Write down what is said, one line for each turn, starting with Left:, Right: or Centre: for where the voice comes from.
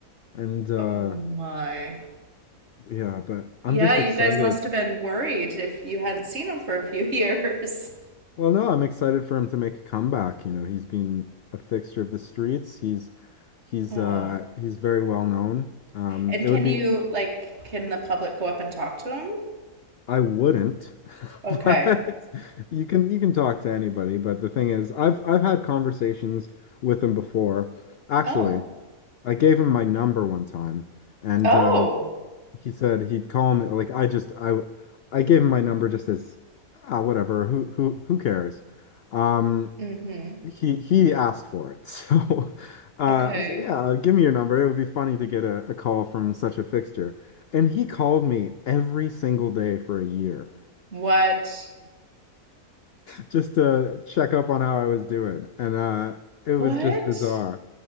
Left: And uh,
Right: Oh my.
Left: yeah, but I'm
Right: Yeah,
Left: just
Right: you
Left: excited.
Right: guys must have been worried if you hadn't seen him for a few <laughs> years.
Left: Well, no, I'm excited for him to make a comeback. You know, he's been a fixture of the streets. He's he's
Right: Oh.
Left: uh he's very well known. Um,
Right: And
Left: it
Right: can
Left: would be
Right: you, like, can the public go up and talk to him?
Left: I wouldn't, <laughs>
Right: Okay.
Left: but you can you can talk to anybody. But the thing is, I've I've had conversations with him before. Actually,
Right: Oh.
Left: I gave him my number one time, and
Right: Oh.
Left: uh, he said he'd call me. Like I just I I gave him my number just as ah whatever. Who who who cares? Um,
Right: Mm-hmm.
Left: he he asked for it, <laughs> so uh,
Right: Okay.
Left: I was like, yeah, give me your number. It would be funny to get a, a call from such a fixture. And he called me every single day for a year.
Right: What?
Left: just to check up on how I was doing. And uh, it was
Right: What?
Left: just bizarre.